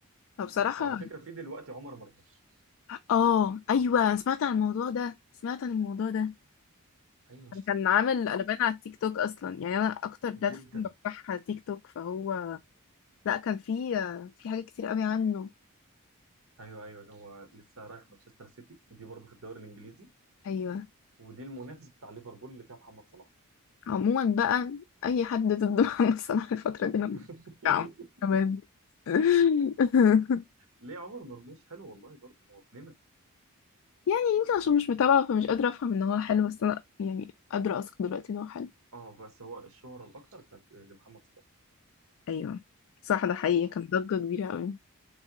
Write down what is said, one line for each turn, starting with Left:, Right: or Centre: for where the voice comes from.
Left: فبصراحة
Right: وعلى فكره في دلوقتي عمر مرموش
Left: اه ايوه أنا سمعت عن الموضوع ده سمعت عن الموضوع ده
Right: ايوه
Left: أنا كان عامل قلبان على التيك توك اصلا يعني انا اكتر بلاتفورم
Right: جدا
Left: بفتحها تيك توك فهو لا كان في في حاجات كتير قوي عنه
Right: ايوه ايوه هو لسه رايح مانشستر سيتي دي برضه في الدوري الانجليزي
Left: ايوه
Right: ودي المنافس بتاع ليفربول اللي فيها محمد صلاح
Left: عموما بقى اي حد ضد <laughs> محمد صلاح الفتره دي انا
Right: <laughs>
Left: بتاعه تمام <laughs>
Right: ليه عمر مرموش حلو والله برضه هو ابننا
Left: يعني يمكن عشان مش متابعه فمش قادره افهم ان هو حلو بس انا يعني قادره اثق دلوقتي ان هو حلو
Right: اه بس هو الشهرة الاكتر كانت لمحمد صلاح
Left: ايوه صح ده حقيقي
Right: آه.
Left: كان ضجه كبيره قوي